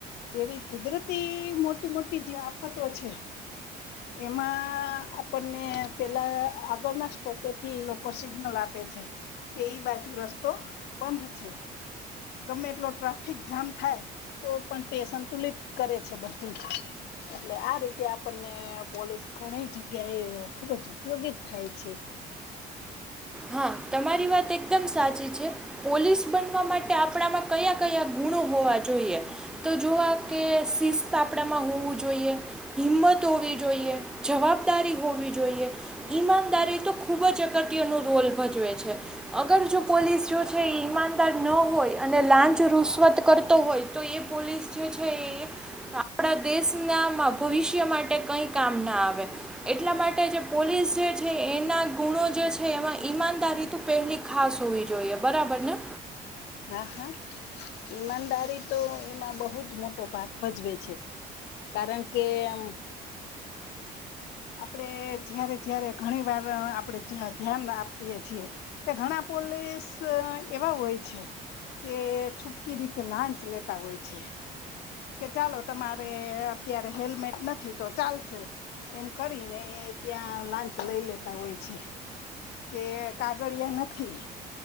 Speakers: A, on the left (about 75°); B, in the centre.
A: એવી કુદરતી મોટી મોટી જે આફતો છે. એમાં આપણને પેલા આગળના સ્ટોપેથી લોકો સિગ્નલ આપે છે કે, ઈ બાજુ રસ્તો બંધ છે, ગમે એટલો ટ્રાફિક જામ થાય. તો પણ તે સંતુલિત કરે છે, બધું જ એટલે આ રીતે આપણને પોલીસ ઘણી જગ્યાએ ખુબ જ ઉપયોગી થાય છે.
B: હા, તમારી વાત એકદમ સાચી છે. પોલીસ બનવા માટે આપણામાં કયા કયા ગુણો હોવા જોઈએ, તો જોવા કે શિસ્ત આપણામાં હોવું જોઈએ, હિંમત હોવી જોઈએ, જવાબદારી હોવી જોઈએ, ઈમાનદારી તો ખૂબ જ અગત્યની. રોલ ભજવે છે, અગર જો પોલીસ જો છે એ ઈમાનદાર ન હોય અને લાંચ રુશવત કરતો હોય તો, એ પોલીસ જે છે, એ આપણા દેશનામાં ભવિષ્ય માટે કંઈ કામ ના આવે, એટલા માટે જે પોલીસ જે છે, એના ગુણો જે છે, એમાં ઈમાનદારી તો પહેલી ખાસ હોવી જોઈએ, બરાબર ને.
A: હા, હા, ઈમાનદારી તો એમાં બહુ જ મોટો ભાગ ભજવે છે, કારણ કે આમ આપડે જયારે જયારે ઘણી વાર આપડે ધ્યાન આપીએ છીએ કે, ઘણા પોલીસ એવા હોય છે, કે છૂપકી રીતે લાંચ લેતા હોય છે, કે ચાલો તમારે અત્યારે હેલ્મેટ નથી તો ચાલશે. એમ કરીને ત્યાં લાંચ લઈ લેતા હોય છે કે, કાગળિયા નથી